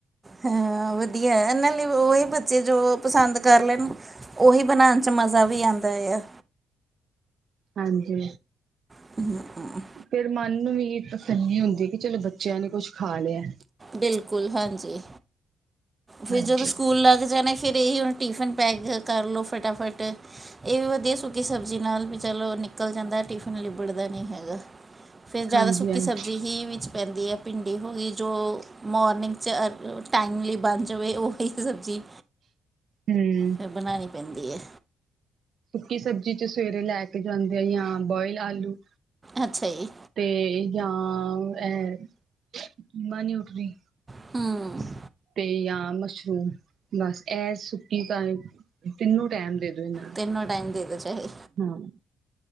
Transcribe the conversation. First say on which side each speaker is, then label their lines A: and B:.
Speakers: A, on the right; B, on the right.
A: ਹਾਂ ਵਧੀਆ ਇਹਨਾਂ ਲਈ ਉਹੀ ਬੱਚੇ ਜੋ ਪਸੰਦ ਕਰ ਲੈਨ ਉਹੀ ਬਣਾਉਣ 'ਚ ਮਜ਼ਾ ਵੀ ਆਂਦਾ ਆ।
B: ਹਾਂਜੀ
A: <inaudible>
B: ਫੇਰ ਮਨ ਨੂੰ ਵੀ ਤਸੱਲੀ ਹੁੰਦੀ ਕਿ ਚਲੋ ਬੱਚਿਆਂ ਨੇ ਕੁਛ ਖਾ ਲਿਆ।
A: ਬਿਲਕੁਲ ਹਾਂਜੀ ਫਿਰ
B: ਹਾਂਜੀ
A: ਜਦੋਂ ਸਕੂਲ ਲੱਗ ਜਾਣੇ ਫਿਰ ਇਹੀ ਹੁਣ ਟਿਫਿਨ ਪੈਕ ਕਰ ਲੋ ਫਟਾਫਟ ਇਹ ਵੀ ਵਧੀਆ ਸੁਕੀ ਸਬਜ਼ੀ ਨਾਲ ਵੀ ਚਲੋ ਨਿਕਲ ਜਾਂਦਾ ਟਿਫਿਨ ਲਿਬੜਦਾ ਨਹੀਂ ਹੈਗਾ। ਫਿਰ ਜ਼ਿਆਦਾ
B: ਹਾਂਜੀ
A: ਸੁੱਕੀ
B: ਹਾਂਜੀ
A: ਸਬਜ਼ੀ ਹੀ ਵਿੱਚ ਪੈਂਦੀ ਹੈ ਭਿੰਡੀ ਹੋ ਗਈ ਜੋ ਮੋਰਨਿੰਗ 'ਚ ਟਾਈਮਲੀ ਬਣ ਜਾਵੇ ਉਹਹੀ ਸਬਜ਼ੀ
B: ਹੂੰ
A: ਫਿਰ ਬਣਾਂਣੀ ਪੈਂਦੀ ਏ।
B: ਸੁੱਕੀ ਸਬਜ਼ੀ 'ਚ ਸਵੇਰੇ ਲੈ ਕੇ ਜਾਂਦੇ ਆ ਜਾਂ ਬੋਇਲ ਆਲੂ
A: ਅੱਛਾ ਜੀ
B: ਤੇ ਜਾਂ ਇਹ ਚੀਮਾ ਨਿਊਟਰੀ
A: ਹਾਂ
B: ਤੇ ਜਾਂ ਮਸ਼ਰੂਮ ਬਸ ਇਹ ਸੁੱਕੀ ਤਾਂ ਤਿੰਨੋ ਟੈਮ ਦੇ ਦੋ। ਇਹਨਾਂ
A: ਤਿੰਨੋ ਟਾਈਮ ਦੇ ਦੋ ਚਾਹੇ
B: ਨੂੰ